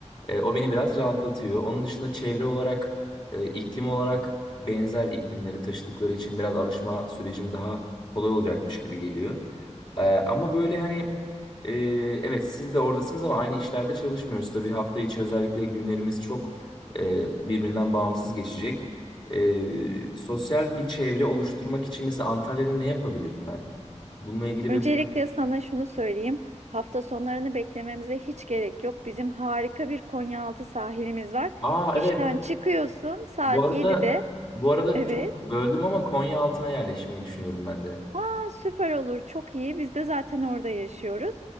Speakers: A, on the left; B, on the right.
A: E, o beni biraz rahatlatıyor. Onun dışında çevre olarak, e, iklim olarak benzer iklimleri taşıdıkları için biraz alışma sürecim daha kolay olacakmış gibi geliyor. Ee, ama böyle hani e, evet siz de oradasınız ama aynı işlerde çalışmıyoruz. Tabii hafta içi özellikle günlerimiz çok e, birbirinden bağımsız geçecek. E, sosyal bir çevre oluşturmak için mesela Antalya'da ne yapabilirim ben? Bununla ilgili
B: Öncelikle
A: bir...
B: sana şunu söyleyeyim. Hafta sonlarını beklememize hiç gerek yok. Bizim harika bir Konyaaltı sahilimiz var.
A: Aa
B: İşten
A: evet
B: çıkıyorsun saat
A: bu arada
B: 7'de.
A: bu arada
B: Evet.
A: çok böldüm ama Konya altına yerleşmeyi düşünüyorum ben de.
B: Aa, süper olur, çok iyi. Biz de zaten orada yaşıyoruz.